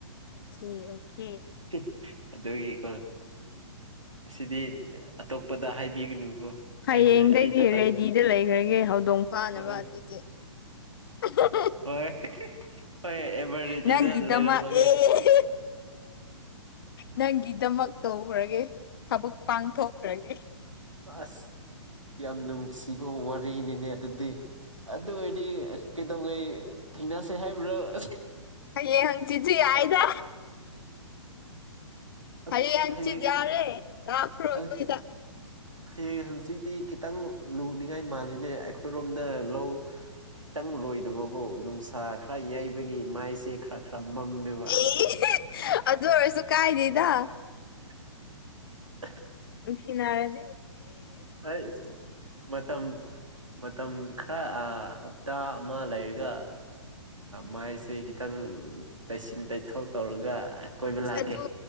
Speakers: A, on the left (about 50°); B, on the right (about 85°).
A: ꯑꯣꯀꯦ ꯑꯣꯀꯦ
B: <inaudible> ꯑꯗꯨꯒꯤꯀꯣ ꯑꯁꯤꯗꯤ ꯑꯇꯣꯞꯄꯗ ꯍꯥꯏꯕꯤꯒꯅꯨꯀꯣ
A: ꯍꯌꯦꯡꯗꯒꯤꯩꯗꯤ
B: ꯑꯩꯅ ꯑꯩ ꯈꯛꯇꯪꯅꯤ
A: ꯔꯦꯗꯤꯗ ꯂꯩꯈ꯭ꯔꯒꯦ ꯍꯧꯗꯣꯡ ꯐꯥꯅꯕ
B: ꯑꯣ
A: ꯑꯗꯨꯗꯤ ꯎ
B: ꯍꯣꯏ ꯍꯣꯏ ꯑꯦꯚꯔ ꯔꯦꯗꯤꯗ
A: ꯅꯪꯒꯤꯗꯃꯛ
B: ꯂꯩꯔꯝꯃꯒꯦ
A: ꯑꯦ ꯅꯪꯒꯤꯗꯃꯛ ꯇꯧꯈ꯭ꯔꯒꯦ ꯊꯕꯛ ꯄꯥꯡꯊꯣꯛꯈ꯭ꯔꯒꯦ
B: ꯑꯁ ꯌꯥꯝ ꯅꯨꯡꯁꯤꯕ ꯋꯥꯔꯤꯅꯤꯅꯦ ꯑꯗꯨꯗꯤ ꯑꯗꯨ ꯑꯣꯏꯔꯗꯤ ꯀꯩꯗꯧꯉꯩ ꯊꯦꯡꯅꯁꯦ ꯍꯥꯏꯕ꯭ꯔꯣ ꯑꯁ
A: ꯍꯌꯦꯡ ꯍꯪ ꯆꯤꯁꯤꯦ ꯍꯥꯏꯗ
B: ꯑꯁ
A: ꯍꯔꯤ ꯑꯆꯤꯠ
B: ꯍꯌꯦꯡ
A: ꯌꯥꯔꯦ ꯂꯈ꯭ꯔꯣꯣꯏꯗ
B: ꯑꯩ ꯍꯌꯦꯡ ꯍꯪꯆꯤꯗꯤ ꯈꯤꯇꯪ ꯂꯨꯅꯤꯡꯉꯥꯏ ꯃꯥꯜꯂꯤꯅꯦ ꯑꯩꯈꯣꯏꯔꯣꯝꯗ ꯂꯧ ꯈꯤꯇꯪ ꯂꯣꯏꯗꯕꯀꯣ ꯅꯨꯡꯁꯥ ꯈꯔ ꯌꯩꯕꯒꯤ ꯃꯥꯏꯁꯦ ꯈꯔ ꯈꯔ ꯃꯝꯃꯦꯕ
A: ꯑꯦ
B: ꯑꯁ
A: ꯑꯗꯨ ꯑꯣꯏꯔꯁꯨ ꯀꯥꯏꯗꯗ
B: <inaudible>
A: ꯁꯤꯅꯔꯗꯤ
B: ꯑꯩ ꯃꯇꯝ ꯃꯇꯝ ꯈꯔ ꯍꯞꯇꯥ ꯑꯃ ꯂꯩꯔꯒ ꯃꯥꯏꯁꯦ ꯈꯤꯇꯪ ꯇꯩꯁꯤꯟ ꯇꯩꯊꯣꯛ ꯇꯧꯔꯒ ꯀꯣꯏꯕ
A: ꯏꯁ
B: ꯂꯥꯛꯀꯦ
A: ꯑꯗꯨ